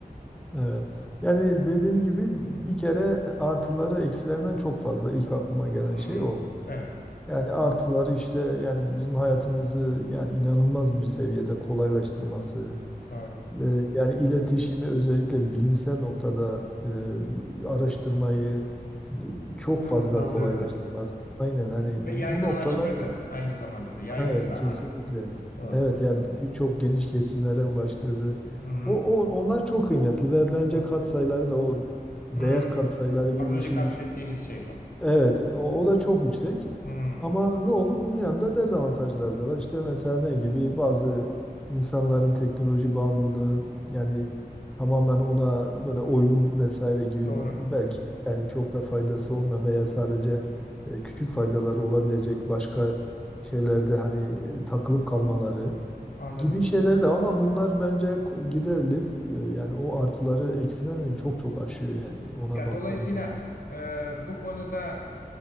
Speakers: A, in the centre; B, on the left (about 65°).
A: Evet. Yani dediğim gibi bir kere artıları eksilerinden çok fazla ilk aklıma gelen
B: Hı hı.
A: şey o.
B: Evet,
A: Yani artıları işte yani bizim hayatımızı yani inanılmaz bir seviyede kolaylaştırması,
B: doğru.
A: e, yani iletişimi özellikle bilimsel noktada e, araştırmayı e, çok
B: Değil
A: fazla
B: mi? Hızlandırdı.
A: kolaylaştırmaz. Aynen hani bu,
B: Ve yaygınlaştırdı.
A: bu noktalar
B: Aynı zamanda da yaygın
A: Evet
B: da
A: kesinlikle.
B: hale getirdi. Doğru.
A: Evet yani bir- birçok geniş kesimlere ulaştırdı.
B: Hı hı,
A: O, o onlar çok kıymetli ve bence
B: doğru.
A: katsayıları da o değer
B: Hı hı.
A: katsayıları gibi
B: Az önce
A: bir şey
B: kastettiğiniz şey bu.
A: Evet, o, o da çok yüksek.
B: Hı,
A: Ama ne oldu? Bunun yanında dezavantajları da var. İşte mesela ne gibi bazı insanların teknoloji bağımlılığı yani tamamen ona böyle oyun vesaire gibi
B: doğru.
A: belki yani çok da faydası olmayan veya sadece e, küçük faydaları olabilecek başka şeylerde hani e, takılıp kalmaları
B: Anladım.
A: gibi şeyler de var ama bunlar bence ko- giderilip e, yani o artıları eksilerini çok çok aşıyor yani ona
B: Ya
A: baktığımız
B: dolayısıyla
A: zaman.
B: e, bu konuda